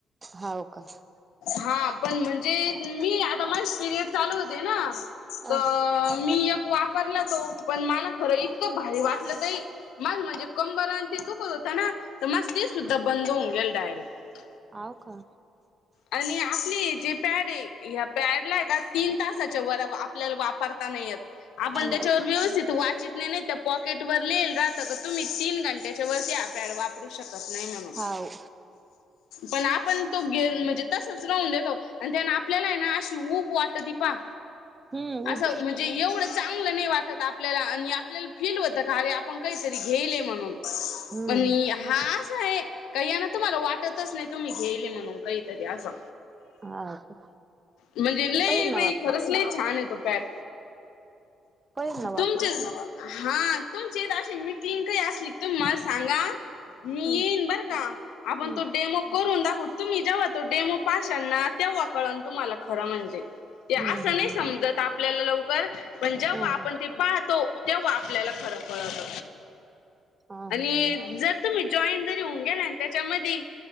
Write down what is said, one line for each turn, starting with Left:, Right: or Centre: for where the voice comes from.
Right: हाव का
Left: हा पण म्हणजे मी आता मा पिरियड चालू होते ना
Right: अ
Left: तर मी एक वापरला तो पण मला खरं इतकं भारी वाटलं तही माझं म्हणजे कंबर न ते दुखत होत ना तर माझं ते सुद्धा बंद होऊन गेल डायरेक्ट
Right: हाव का
Left: आणि आपली जे पॅड आहे या पॅड ला आहे का तीन तासाच्या वर आपल्याला वापरता नाही येत आपण त्याच्यावर
Right: नाही
Left: व्यवस्थित वाचित नाही नाही त्या पॉकेट वर लिहिलेलं राहत का तीन घंट्याच्या वरती आपल्याला वा करू शकत नाही म्हणून
Right: हाव
Left: पण आपण तो घे म्हणजे तसच राहून देतो आणि त्यांना आपल्याला आहे ना अशी ऊब वाटती पा
Right: हम्म उब
Left: असं म्हणजे एवढं चांगलं नाही वाटत आपल्याला आणि आपल्याला काहीतरी फील होत का अरे आपण काहीतरी घेईल म्हणून
Right: हम्म
Left: पण हा अस आहे का यान तुम्हाला वाटत नाही तुम्ही घेयेले म्हणून काहीतरी असं
Right: हा का
Left: म्हणजे लई
Right: पडेल ना
Left: बाई
Right: वापरून
Left: खरंच लय छान आहे तो पॅड
Right: पडेल ना
Left: तुमचे
Right: वापरून
Left: हा तुमची अ मिटिंग काही असली तुम्ही मला सांगा मी
Right: हम्म
Left: येईन बर का आपण
Right: हम्म
Left: तो डेमो करून दाखव तुम्ही जेव्हा तो डेमो पाशांन ना, तेव्हा कळण तुम्हाला खरं म्हणजे. ते अस
Right: हम्म
Left: नाही
Right: हम्म
Left: समजत आपल्याला लवकर पण जेव्हा
Right: हम्म
Left: आपण
Right: हम्म
Left: ते पाहतो तेव्हा आपल्याला खरं कळत
Right: हम्म हा
Left: आणि
Right: हा हा
Left: जर तुम्ही जॉईन जरी होऊन गेला ना त्याच्याधी